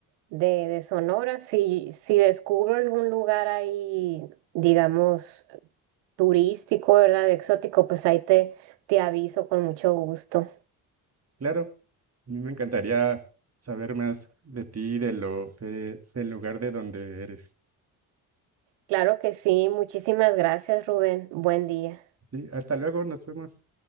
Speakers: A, on the right; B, on the right.
A: de, de Sonora, si, si descubro algún lugar ahí, digamos, turístico, ¿verdad? De exótico, pues ahí te, te aviso con mucho gusto.
B: Claro, a mí me encantaría saber más de ti, de lo, de- del lugar de donde eres.
A: Claro que sí, muchísimas gracias, Rubén. Buen día.
B: Sí, hasta luego, nos vemos.